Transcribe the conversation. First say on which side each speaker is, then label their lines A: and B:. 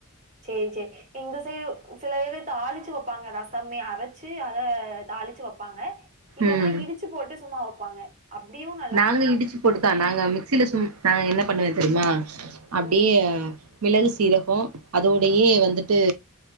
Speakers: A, on the right (about 35°); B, on the right (about 85°).
A: சேர் சேரி இங்க செயோ செல பேரு தாளுச்சு வப்பாங்க ரசமே அரச்சு அத தாளுச்சு வப்பாங்க இல்லன்னா
B: ம்.
A: இடுச்சு போட்டு சும்மா வப்பாங்க அப்டியு ந
B: நாங்க இடுச்சு போட்டுதா நாங்க மிக்சில சும் நா என்ன பண்ணுவே தெரியுமா அப்டியே
A: ம்.
B: மிளகு சீரகோ அதோடையே வந்துட்டு